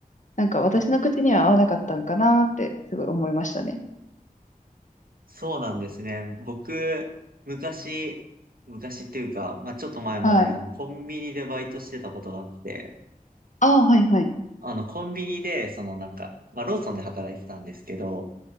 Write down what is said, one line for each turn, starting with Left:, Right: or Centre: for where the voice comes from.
Left: なんか私の口には合わなかったんかなーってすごい思いましたね。
Right: そうなんですね。僕、昔、昔っていうか、まあ、ちょっと前まで、
Left: はい。
Right: あの、コンビニでバイトしてたことがあって、
Left: ああ、はいはい。
Right: あの、コンビニで、そのなんか、まあ、ローソンで働いてたんですけど、